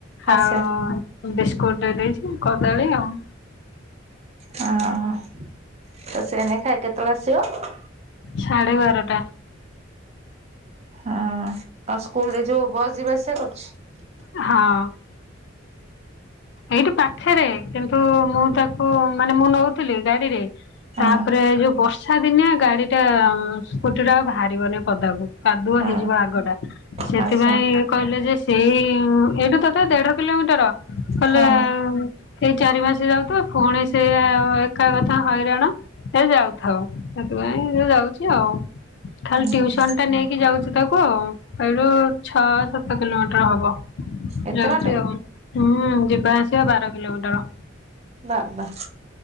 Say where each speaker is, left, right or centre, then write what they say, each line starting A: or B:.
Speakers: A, on the right; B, on the left.
A: ଆଚ୍ଛା
B: ଆଉ ବିସ୍କୁଟ ଦେଇ ଦେଇଛି କଦଳୀ ଆଉ
A: ହଁ ତ <unintelligible> ଖାଇ କେତେବେଳେ ଆସିିବ?
B: ସାଢ଼େ ବାରଟା।
A: ହଁ ଆ ସ୍କୁଲ ରେ ଯୋଉ ବସ୍ ଯିବା ଆସିବା କରୁଚି?
B: ହଁ। ଏଇଠି ପାଖରେ କିନ୍ତୁ ମୁଁ ତାକୁ ମାନେ ମୁଁ ନୋଉଥିଲି ଗାଡିରେ
A: ହଁ
B: ତାପରେ ଏଇ ଯୋଉ ବର୍ଷା ଦିନିଆ ଗାଡି ଟା ସ୍କୁଟି ଟା ଆଉ ଭାରିବନି ପଦାକୁ। କାଦୁଅ
A: ହଁ
B: ହେଇଯିବ ଆଗଟା, ସେଥିପାଇଁ
A: ଆଚ୍ଛା
B: କହିଲେ ଯେ ଏଇ ଉଁ ଏଇଠୁ ତଥାପି ଦେଢ଼ କିଲୋମିଟର କଲେ
A: ହଁ
B: ଏଇ ଚାରି ମାସ ଯାଉଥାଉ ପୁଣି ସେ ଏକା କଥା ହଇରାଣ ସେ ଯାଉଥାଉ ସେଥିପାଇଁ ଯାଉ ଆଉ ଖାଲି
A: ହୁଁ
B: ଟଉସନ ଟା ନେଇକି ଯାଉଚି ତାକୁ। ହ ଏଇଠୁ ଛଅ ସାତ କିଲୋମିଟର ହବ
A: ଏତେ
B: ଯାଉଚି
A: ବାଟ
B: ଆଉ ଉଁ ହୁଁ ଯିବା ଆସିବା ବାର କିଲୋମିଟର।
A: ବାବା